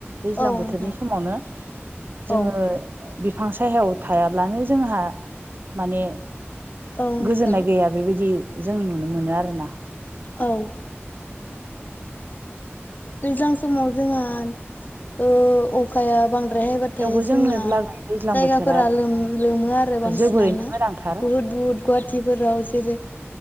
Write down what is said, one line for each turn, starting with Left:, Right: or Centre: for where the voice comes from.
Right: दैज्लां
Left: औ
Right: बोथोरनि
Left: नोंथां
Right: समावनो। जोङो
Left: औ
Right: बिफां सायायाव थायाब्लानो जोंहा माने
Left: औ नोंथां
Right: गोजोननाय गैया बेबायदि जों नुनो मोनो आरोना।
Left: औ! दैज्लां समाव जोंहा ओ अखाया बां बायहायबाथाय
Right: थेवबो
Left: जोंना
Right: जोंनो लागै दैज्लां
Left: जायगाफोरा
Right: बोथोरा
Left: लोमो आरो बांसिनानो
Right: जोबोरैनो गोनांथार
Left: बुहुद बुहुद गुवाहाटिफोराव जेरै